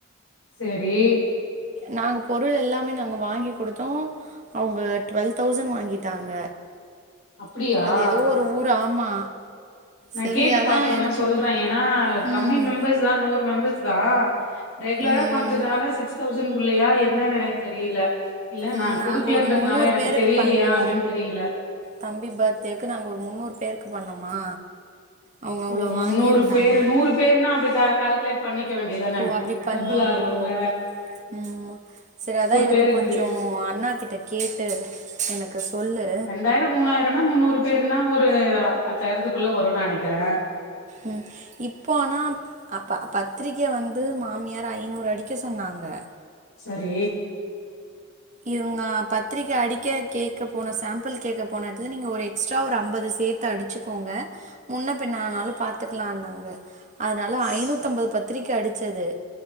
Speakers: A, on the left; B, on the right.
A: சேரி
B: நாங்க பொருள் எல்லாமே நாங்க வாங்கி குடுத்தோ அவங்க டுவெல் தௌசண்ட் வாங்கிட்டாங்க
A: அப்டியா
B: அது ஏதோ ஒரு ஊர் ஆமா
A: நா
B: சரி
A: கேட்டு
B: அதா
A: பாத்தோன்னா
B: எனக்கு
A: சொல்ற கம்மி
B: ம்
A: மெம்பர்ஸ் தா நூரு மெம்பர்ஸ் தா ரெகுலரா
B: ம்
A: பண்றதுனால சிக்ஸ் தௌசண்ட்குள்ளயா எ என்னன்னு எனக்கு தெரியல இல்ல
B: ம்
A: நா
B: நாங்க
A: குடுக்கலன்றதுனால
B: ஒரு முன்னூறு
A: எனக்கு
B: பேருக்கு
A: தெரியலயா
B: பண்ணோ
A: அப்டின்னு தெரியல
B: தம்பி பர்த்டேக்கு நாங்க ஒரு முன்னூறு பேருக்கு பண்ணோமா அவங்க அவ்ளோ
A: ஓ முன்னூறு
B: வாங்கியிருந்தாங்க
A: பேரு நூறு பேருனா அப்டி கா கால்குலேட் பண்ணிக்க வேண்டியதான
B: ஓ அப்டி பண்ணுவாங்களோ
A: டபுல்லா இருக்குல
B: ம் மா சேரி அதா எனக்கு
A: பேருக்கு
B: கொஞ்சோ அண்ணா கிட்ட கேட்டு எனக்கு சொல்லு
A: ரண்டாயிர மூணாயிரனா முந்நூறு பேருனா ஒரு பத்தாயிரத்துக்குள்ள வரு நெனைக்கிறே
B: ம் இப்போ ஆனா அப்ப பத்திரிக்கை வந்து மாமியார் ஐநூறு அடிக்க சொன்னாங்க
A: சரி
B: இவுங்க பத்திரிக்க அடிக்க கேக்க போன சாம்பிள் கேக்க போன எடத்துல நீங்க ஒரு எக்ஸ்ட்ரா ஒரு ஐம்பது சேத் து அடுச்சுக்கோங்க முன்ன பின்ன ஆனாலு பாத்துக்கலானாங்க ஆதுனால
A: ஸ்-
B: ஐநூத்தம்பது பத்திரிக்க அடுச்சது